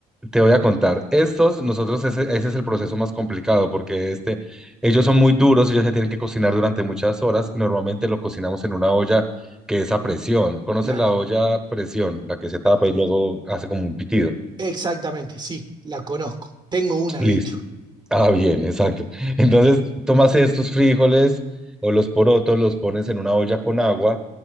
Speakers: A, in the centre; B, on the right.
A: Te voy a contar. Estos, nosotros, ese, ese es el proceso más complicado porque este, ellos son muy duros, ellos se tienen que cocinar durante muchas horas y normalmente lo cocinamos en una olla que es a presión. ¿Conoces
B: Claro.
A: la olla a presión? La que se tapa y luego hace como un pitido.
B: Exactamente, sí, la conozco. Tengo una,
A: Listo.
B: de hecho.
A: Ah, bien, exacto. Entonces, tomas estos frijoles o los porotos, los pones en una olla con agua,